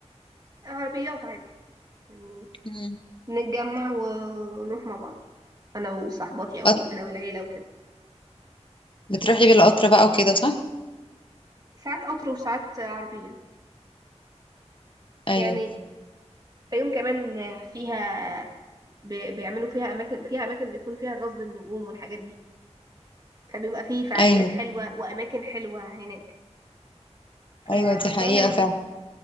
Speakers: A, on the right (about 35°); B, on the left (about 45°).
A: عربيات عادي يعني
B: مم.
A: نتجمع ونروح مع بعض انا وصاحباتي او
B: قط-
A: انا والعيلة وكده
B: بتروحي بالقطر بقى وكده صح؟
A: ساعات قطر وساعات عربية
B: ايوه
A: يعني الفيوم كمان فيها ب- بيعملوا فيها اماكن فيها اماكن بيكون فيها غزل النجوم والحاجات دي فبيبقى فيه فعاليات
B: ايوه
A: حلوة واماكن حلوة هناك فبتهيألي
B: ايوه دي حقيقة
A: أنا
B: فعلا